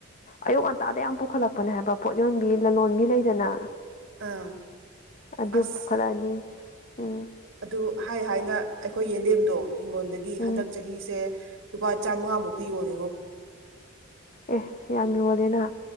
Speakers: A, on the left; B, on the right.
A: ꯑꯌꯨꯛ ꯉꯟꯇꯥꯗ ꯌꯥꯝ ꯄꯨꯈꯠꯂꯛꯄꯅꯦ ꯍꯥꯏꯕ ꯄꯣꯠ ꯌꯣꯟꯕꯤ ꯂꯂꯣꯟꯕꯤ ꯂꯩꯗꯅ
B: ꯑꯥ
A: ꯑꯗꯨ
B: ꯑꯁ
A: ꯄꯨꯈꯠꯂꯛꯑꯅꯤ ꯎꯝ
B: ꯑꯗꯨ ꯍꯥꯏ ꯍꯥꯏꯅ ꯑꯩꯈꯣꯏ ꯌꯦꯟꯗꯦꯝꯗꯣ ꯍꯤꯡꯒꯣꯜꯗꯒꯤ
A: ꯎꯝ
B: ꯍꯟꯗꯛ ꯆꯍꯤꯁꯦ ꯫ ꯂꯨꯄꯥ ꯆꯥꯝꯃꯉꯥꯃꯨꯛꯇꯤ ꯌꯣꯜꯂꯤꯉꯣ
A: ꯑꯦꯍ ꯌꯥꯝ ꯌꯣꯜꯂꯦꯅ